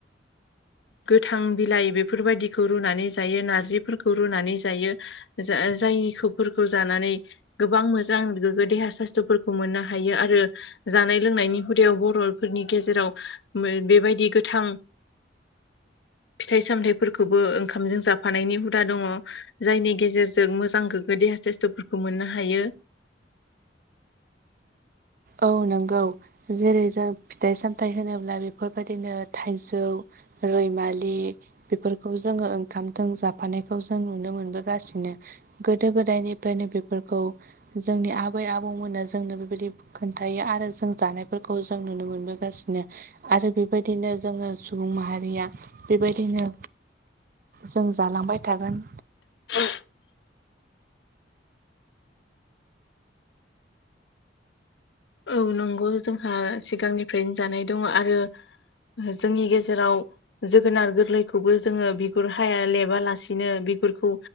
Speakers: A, on the left; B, on the right.
A: गोथां बिलाइ बेफोरबायदिखौ रुनानै जायो, नारजिफोरखौ रुनानै जायो जाय फोरखौ जानानै गोबां मोजां गोगो देहा साइस्थ'फोरखौ मोननो हायो आरो जानाय लोंनायनि हुदायाव बर'फोरनि गेजेराव ओ बेबायदि गोथां फिथाइ सामथाइफोरखौबो ओंखामजों जाफानायनि हुदा दङ जायनि गेजेरजों मोजां गो गो दैहा साइस्थ'फोरखौ मोननो हायो।
B: औ नंगौ जेरै जों फिथाइ सामथायाइ होनोब्ला बेफोरबायदिनो थाइजौ रैमालि बेफोरखौ जोङो ओंखामजों जाफानायखौ जों नुनो मोनबोगासिनो। गोदो गोदायनिफ्रायनो बेफोरखौ जोंनि आबै आबौमोना जोंनो बेबायदि खोन्थायो आरो जों जानायफोरखौ जों नुनो मोनबोगासिनो आरो बेबायदिनो जोङो सुबुं माहारिया बेबायदिनो जों जालांबाय थागोन।
A: <inaudible> औ नंगौ जोंहा सिगांनिफ्रायनो जानाय दङ आरो जोंनि गेजेराव जोगोनार गोरलैखौबो जोङो बिगुर हाया लेबालासिनो बि गुरखौ